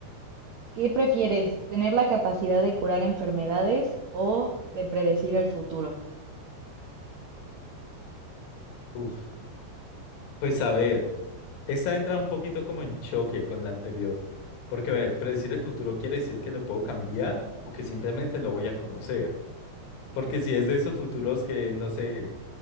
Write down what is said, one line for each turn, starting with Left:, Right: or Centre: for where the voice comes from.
Right: ¿qué prefieres? ¿Tener la capacidad de curar enfermedades o de predecir el futuro?
Left: Uf. Pues a ver, esta entra un poquito como en choque con la anterior. Porque, a ver, predecir el futuro quiere decir que lo puedo cambiar o que simplemente lo voy a conocer. Porque si es de esos futuros que, no sé,